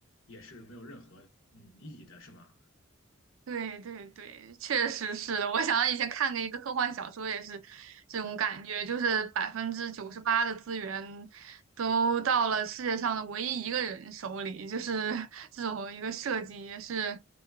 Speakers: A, on the left; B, on the right.
A: 也是没有任何嗯意义的，是吗？
B: 对对对，确实是的。我想到以前看过一个科幻小说，也是这种感觉，就是百分之九十八的资源都到了世界上的唯一一个人手里，就是 <laughs> 这种一个设计也是。